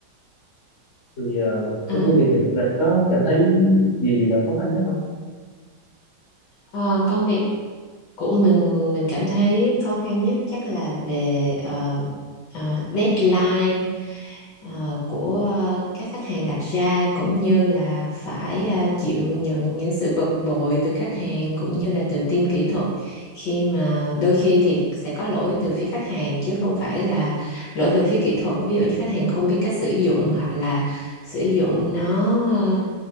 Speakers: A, on the left; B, on the left.
A: thì ờ,
B: à,
A: trong công việc này bạn có cảm thấy điều gì là khó khăn nhất không
B: à, công việc của mình mình cảm thấy khó khăn nhất chắc là về ờ, ờ, deadline ờ, của ờ, các khách hàng đặt ra cũng như là phải ờ, chịu nhận những sự bực bội từ khách hàng cũng như là từ team kỹ thuật khi mà đôi khi thì sẽ có lỗi từ phía khách hàng chứ không phải là lỗi về phía kỹ thuật ví dụ như khách hàng không biết cách sử dụng hoặc là sử dụng nó ờ,